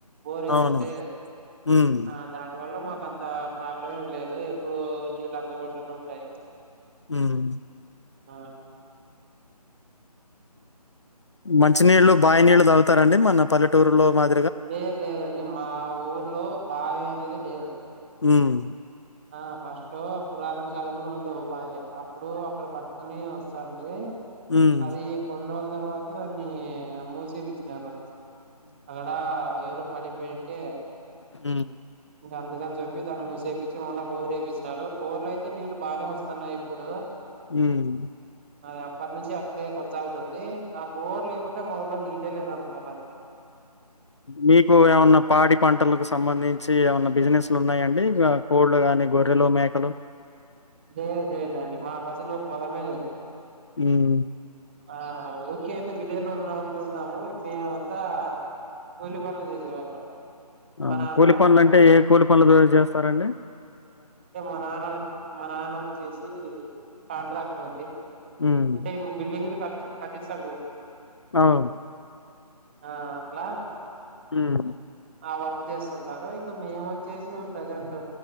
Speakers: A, on the right; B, on the left.
A: బోరేసుంటే
B: అవును. హ్మ్.
A: ఆ దాని వల్ల మాక్ గంతా ప్రాబ్లం ఏం లేదు. ఎప్పుడు నీళ్ళు అందుబాటులోనే ఉంటాయి.
B: ఉహ్
A: ఆ
B: మంచినీళ్లు బాయ్ నీళ్ళు దోళ్తారండీ. మన పల్లెటూరులో మద్
A: లేదు లేదండి. మా ఊర్లో బావి అనేదే లేద్.
B: హ్మ్.
A: ఆ ఫస్ట్ లో పురాతన కాలంలో ఉండే ఓ బావి అప్పుడు అక్కడ పట్టుకుని వస్తాండీ.
B: హ్మ్.
A: అది కొన్ రోల్ తర్వాత దాన్ని మూసేపిచ్చినారు. అక్కడ ఎవరో పడిపోయింటే
B: ఉహ్
A: గాందుగన్ జేపి దాని మూసేబి చేవాలా బోర్ ఏపిచ్చినారు. బోర్లైతే నీళ్లు బానే వస్తున్నాయ్ ఇప్పుడు
B: ఏమ్ లే
A: అది అప్పటి నుంచి అట్లే కొనసాగుతుంది. ఆ బోరు లేకుంటే మాఊర్లో నీళ్ళే లేన్ అనుకోవాలంటే.
B: మీకు ఏవన్నా పాడి పంటలకు సంబంధి సి ఏవన్నా బిజినెస్లు ఉన్నాయండి. ఇగా కోళ్లు గానీ, గొర్రెలు మేక్
A: లేద్ లేదండి మాక్ అసలు పొలమే లేదు.
B: హ్మ్.
A: ఆ ఉన్ కేంది. విల్లెలో ఉన్నామంటే ఉన్నాము. మేమంతా కూలి పనులు చేసేవాళ్ళం.
B: ఆ
A: మా నాన్న
B: కూలి పన్లు
A: అంతా
B: అంటే, ఏ కూలి పన్లు రోజ్ జేస్తారండి.
A: తో మా నాన్న ఒత్ మా నాన్న వచ్చేసి కాంట్రాక్టర్ అండి.
B: హ్మ్.
A: అంటే ఇప్పుడు బిల్డింగ్లు పట్ పట్టిస్తాడు జూడు.
B: నవును
A: ఆ అట్లా
B: హ్మ్.
A: ఆ వర్క్ జేస్తుంటారు ఇగ్ ఇంకా మేము వచ్చేసి మేము ప్రసెంట్